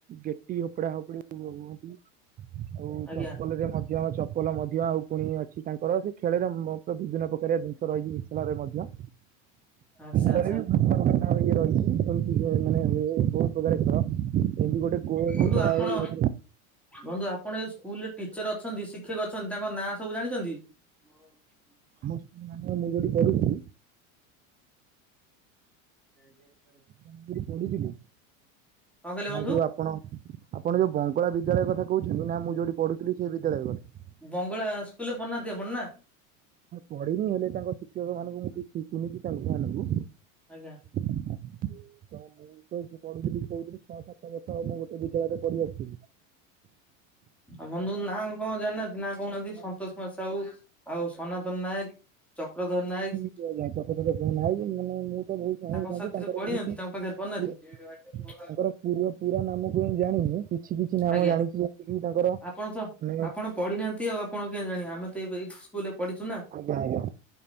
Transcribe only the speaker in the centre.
ଆଜ୍ଞା
ଆଚ୍ଛା
ଆଚ୍ଛା।
ବନ୍ଧୁ
ଆପଣ
ବନ୍ଧୁ ଆପଣ ଏ ସ୍କୁଲରେ ଟିଚର ଅଛନ୍ତି ଶିକ୍ଷକ ଅଛନ୍ତି ତାଙ୍କ ନାଁ ସବୁ ଜାଣିଛନ୍ତି? ହଁ।
ହ <unintelligible>
କହିଲେ ବନ୍ଧୁ?
ବଙ୍ଗଳା ସ୍କୁଲରେ ପଢ଼ନାହାନ୍ତି ଆପଣ ନା?
ଆଜ୍ଞା
ଆଉ ବନ୍ଧୁ ନାଁ କଣ ଜାଣିନାହାନ୍ତି? ନା କହୁନାହାନ୍ତି ସନ୍ତୋଷ କୁମାର ସାହୁ। ଆଉ ସନାତନ ନାୟକ, ଚକ୍ରଧର ନାୟକ।
ତାଙ୍କ ସାଥିରେ
ପଢି
ନାହାନ୍ତି? ତାଙ୍କ ପାଖରେ ପଢିନାତି?
ଆଜ୍ଞା
ଆପଣ ତ
ଆପଣ ପଢିନାହାନ୍ତି ଆଉ ଆପଣ କେମିତି ଜାଣିବେ? ଆମେ ତ ଏ ସ୍କୁଲରେ ପଢିଛୁ ନା।